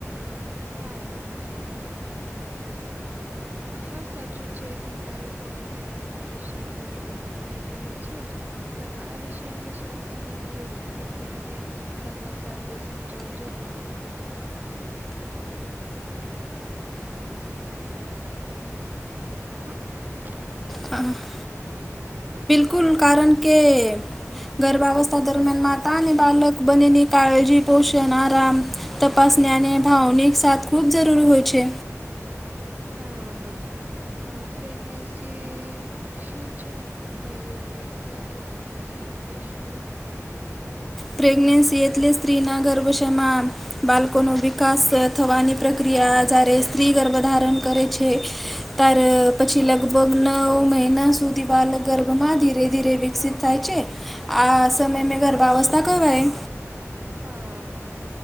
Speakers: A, on the right (about 35°); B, in the centre.
A: હા હા હા- - હા સાચું છે ઘરના લોકોને પ્રેગનેન્સી વિશે થોડી ઘણી માહિતી હોય છે. પણ આ વિષયાને શાંતપણે યોગ્ય રીત્યાને- - સમજ સાથે સમજાવો જરૂરી? હ- -
B: હા- - બિલકુલ કારણ કે ગર્ભાવસ્થા દરમિયાનમાં- - માતા અને બાલક બનેની કાળજી પોષણ આરામ તપાસનેને ભાવનિક સાથ- - ખૂબ જરૂરી હોય છે.
A: હા હા પ્રેગ્નેન્સી શું છે? પહેલો તો એક પ્રેગનેન્સી એટલે શું?
B: પ્રેગ્નેન્સી એટલે- - સ્ત્રીના ગર્ભશયમાં બાળકોનો વિકાસ થવાની પ્રક્રિયા જ્યારે- - સ્ત્રી ગર્ભ ધારણ કરે છે. ત્યારે પછી લગભગ નવ મહિના સુધી બાલ ગર્ભમાં ધીરે ધીરે વિકસિત થાય છે. આ સમય મે ગર્ભાવસ્થા કવાય.
A: હા